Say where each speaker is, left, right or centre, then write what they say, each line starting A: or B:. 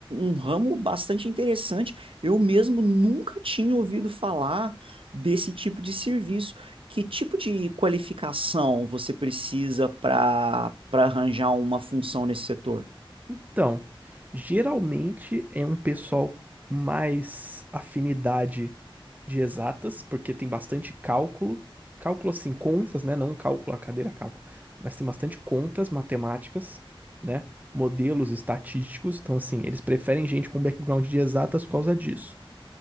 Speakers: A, on the right; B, on the right.
A: um ramo bastante interessante. Eu mesmo nunca tinha ouvido falar desse tipo de serviço. Que tipo de qualificação você precisa para para arranjar uma função nesse setor?
B: Então, geralmente é um pessoal mais afinidade de exatas, porque tem bastante cálculo. Cálculo assim, contas, né? Não cálculo, a cadeira cálculo. Mas tem bastante contas matemáticas, né? Modelos estatísticos. Então, assim, eles preferem gente com background de exatas por causa disso.